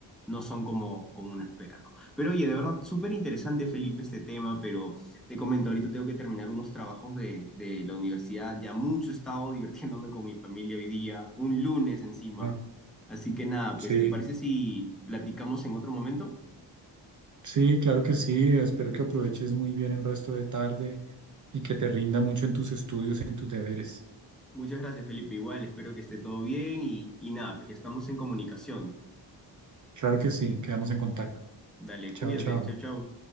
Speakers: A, in the centre; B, on the right.
A: no son como, como uno espera, ¿no? Pero oye, de verdad, súper interesante, Felipe, este tema, pero te comento, ahorita tengo que terminar unos trabajos de, de la universidad. Ya mucho he estado <laughs> divirtiéndome con mi familia hoy día, un lunes encima.
B: Bueno,
A: Así que nada, pues,
B: sí.
A: ¿te parece si platicamos en otro momento?
B: Sí, claro que sí. Espero que aproveches muy bien el resto de tarde y que te rinda mucho en tus estudios, en tus deberes.
A: Muchas gracias, Felipe. Igual, espero que esté todo bien y, y nada, pues ya estamos en comunicación.
B: Claro que sí. Quedamos en contacto.
A: Dale,
B: Chao,
A: cuídate.
B: chao.
A: Chau, chau.